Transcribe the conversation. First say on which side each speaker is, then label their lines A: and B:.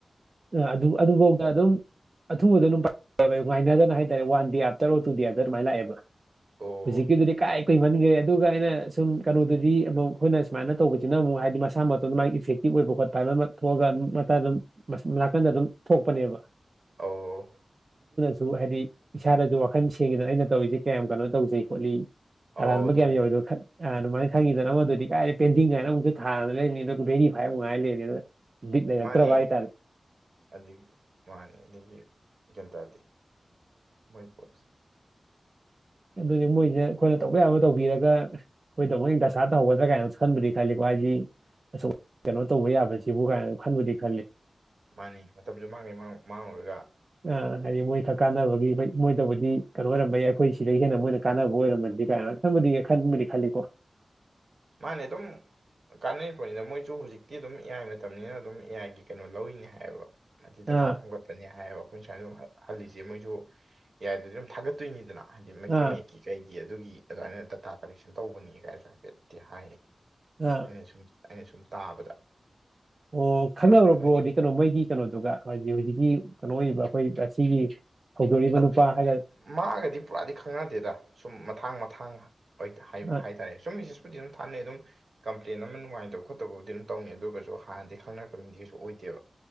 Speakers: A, on the right; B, on the right.
A: ꯑꯥ ꯑꯗꯨ ꯑꯗꯨꯕꯧ ꯑꯗꯨꯝ ꯑꯊꯨꯕꯗ ꯑꯗꯨꯝ ꯉꯥꯏꯅꯗꯅ ꯍꯥꯏꯇꯔꯦ one day after or two day after ꯑꯗꯨꯃꯥꯏꯅ ꯂꯥꯛꯑꯦꯕ
B: ꯑꯣ ꯑꯧ
A: ꯍꯧꯖꯤꯛꯀꯤꯗꯨꯗꯤ ꯀꯥꯏ ꯀꯨꯏꯃꯟꯒ꯭ꯔꯦ ꯑꯗꯨꯒ ꯑꯩꯅ ꯁꯨꯝ ꯀꯩꯅꯣꯗꯗꯤ ꯑꯃꯨꯛ ꯑꯩꯈꯣꯏꯅ ꯁꯨꯃꯥꯏꯅ ꯇꯧꯕꯁꯤꯅ ꯑꯃꯨꯛ ꯍꯥꯏꯗꯤ ꯃꯁꯥ ꯃꯇꯣꯟꯗ ꯃꯥꯒꯤ ꯏꯐꯦꯛꯇꯤꯕ ꯑꯣꯏꯕ ꯈꯣꯠꯄ ꯍꯥꯏꯕ ꯑꯃ ꯊꯣꯛꯑꯒ ꯑꯗꯨꯝ ꯅꯥꯀꯟꯗ ꯑꯗꯨꯝ ꯊꯣꯛꯄꯅꯦꯕ
B: ꯑꯧ
A: ꯑꯗꯨ ꯍꯥꯏꯗꯤ ꯏꯁꯥꯗꯁꯨ ꯋꯥꯈꯜ ꯁꯦꯡꯉꯦꯗꯅ ꯑꯩꯅ ꯇꯧꯔꯤꯁꯦ ꯀꯌꯥꯝ ꯀꯩꯅꯣ ꯇꯧꯖꯩ ꯈꯣꯠꯂꯤ
B: ꯑꯧ
A: ꯑꯔꯥꯟꯕꯀꯌꯥꯝ
B: ꯑꯗꯨꯕꯨꯗꯤ
A: ꯌꯎꯋꯔꯤꯗꯣ ꯈꯠ ꯑ ꯑꯗꯨꯃꯥꯏꯅ ꯈꯪꯉꯤꯗꯅ ꯑꯃꯗꯨꯗꯤ ꯀꯥꯏꯗꯩ ꯄꯦꯟꯖꯤꯡ ꯀꯥꯏꯅ ꯑꯃꯨꯛꯁꯨ ꯊꯥꯅ ꯂꯩꯅꯤ ꯑꯗꯨꯒ ꯕꯦꯔꯤꯐꯥꯏ ꯑꯃꯨꯛ ꯉꯥꯏ ꯂꯩꯅꯤ ꯑꯗꯨꯅ ꯕꯤꯠ ꯂꯩꯔꯛꯇ꯭ꯔꯕ
B: ꯃꯥꯅꯦ
A: ꯍꯥꯏꯇꯥꯔꯦ
B: ꯑꯗꯨꯒꯤ ꯃꯥꯅꯦ ꯑꯗꯒꯤ ꯒ꯭ꯌꯥꯟ ꯇꯥꯗꯦ ꯃꯣꯏ ꯄꯣꯠꯁꯦ
A: ꯑꯗꯨꯗꯤ ꯃꯣꯏꯁꯦ
B: ꯎꯝ
A: ꯑꯩꯈꯣꯏꯅ ꯇꯧꯕ ꯌꯥꯕ ꯇꯧꯕꯤꯔꯒ ꯑꯩꯈꯣꯏꯗꯧ ꯗꯁꯥ ꯇꯧꯍꯧꯒꯗ꯭ꯔꯥ ꯀꯏꯅꯣ ꯈꯟꯕꯨꯗꯤ ꯈꯜꯂꯤꯀꯣ ꯍꯥꯏꯗꯤ ꯑꯁꯨꯛ ꯀꯩꯅꯣ ꯇꯧꯕ ꯌꯥꯕꯁꯤꯕꯨ ꯀꯥꯏꯅ ꯈꯟꯕꯨꯗꯤ ꯈꯜꯂꯤ
B: ꯃꯅꯤ ꯃꯇꯝꯁꯨ ꯃꯥꯡꯉꯅꯤ ꯃꯥꯡꯉꯨꯔꯒ
A: ꯑ ꯍꯥꯏꯗꯤ ꯃꯣꯏ ꯈꯔ ꯀꯥꯟꯅꯕꯒꯤ ꯃꯣꯏꯗꯕꯨꯗꯤ ꯀꯩꯅꯣ ꯑꯣꯏꯔꯝꯕꯩ ꯑꯩꯈꯣꯏ ꯁꯤꯗꯒꯤ ꯍꯦꯟꯅ ꯃꯣꯏꯅ ꯀꯥꯟꯅꯕ ꯑꯣꯏꯔꯝꯃꯗꯤ ꯀꯥꯏꯅ ꯈꯟꯕꯨꯗꯤ ꯈꯜꯂꯤꯀꯣ
B: ꯃꯥꯅꯤ ꯑꯗꯨꯝ ꯀꯥꯟꯅꯩꯄꯣꯠꯅꯤꯗ ꯃꯣꯏꯁꯨ ꯍꯧꯖꯤꯛꯇꯤ ꯑꯗꯨꯝ ꯑꯦ ꯑꯏ ꯃꯇꯝꯅꯤꯅ ꯑꯗꯨꯝ ꯑꯦꯑꯏꯒꯤ ꯀꯩꯅꯣ ꯂꯧꯔꯤꯅꯦ ꯍꯥꯏꯌꯦꯕ ꯗꯤ ꯗꯥꯇꯥ
A: ꯑꯥ
B: ꯈꯣꯝꯒꯠꯄꯅꯤ ꯍꯥꯏꯌꯦꯕ ꯑꯩꯈꯣꯏ ꯁꯨꯃꯥꯏꯅ ꯍꯜꯂꯤꯁꯦ ꯃꯣꯏꯁꯨ ꯑꯦ ꯑꯥꯏꯗꯗꯤ ꯑꯗꯨꯝ ꯊꯥꯒꯠꯇꯣꯏꯅꯤꯗꯅ ꯍꯥꯏꯗꯤ ꯃꯩꯇꯩ
A: ꯑꯥ
B: ꯃꯌꯦꯛꯀꯤ ꯀꯩꯒꯤ ꯑꯗꯨꯒꯤ ꯑꯗꯨꯃꯥꯏꯅ ꯗꯇꯥ ꯀꯂꯦꯛꯁꯟ ꯇꯧꯕꯅꯤ ꯀꯥꯏꯁꯨ ꯍꯥꯏꯐꯦꯠꯇꯤ ꯍꯥꯏꯌꯦ
A: ꯑꯥ
B: ꯑꯩꯅ ꯁꯨꯝ ꯑꯩꯅ ꯁꯨꯝ ꯇꯥꯕꯗ
A: ꯑꯣ ꯈꯪꯅꯔꯕ꯭ꯔꯣꯗꯤ
B: ꯑꯗꯨꯅ ꯍꯥꯏꯗꯤ
A: ꯀꯩꯅꯣ ꯃꯣꯏꯒꯤ ꯀꯩꯅꯣꯗꯨꯒ ꯍꯥꯏꯗꯤ ꯍꯧꯖꯤꯛꯀꯤ ꯀꯩꯅꯣ ꯑꯣꯏꯕ ꯑꯩꯈꯣꯏ ꯑꯁꯤꯒꯤ ꯍꯧꯗꯣꯔꯤꯕ
B: ꯑꯗꯨ
A: ꯅꯨꯄꯥ ꯍꯥꯏꯒ
B: ꯃꯥꯒꯗꯤ ꯄꯨꯔꯥꯗꯤ ꯈꯪꯅꯗꯦꯗ ꯁꯨꯝ ꯃꯊꯥꯡ ꯃꯊꯥꯡ ꯍꯥꯏꯕ ꯍꯥꯏ
A: ꯑ
B: ꯍꯥꯏꯇꯥꯔꯦ ꯁꯨꯝ ꯃꯤꯁꯦꯁꯄꯨꯗꯤ ꯑꯗꯨꯝ ꯊꯥꯅꯩ ꯑꯗꯨꯝ ꯀꯝꯄ꯭ꯂꯦꯟ ꯑꯃ ꯅꯨꯡꯉꯥꯏꯇꯕ ꯈꯣꯠꯇꯕꯕꯨꯗꯤ ꯑꯗꯨꯝ ꯇꯧꯅꯤ ꯑꯗꯨꯒꯁꯨ ꯍꯥꯟꯅꯗꯤ ꯈꯪꯅꯔꯛꯄ ꯃꯤꯗꯤ ꯀꯩꯁꯨ ꯑꯣꯏꯗꯦꯕ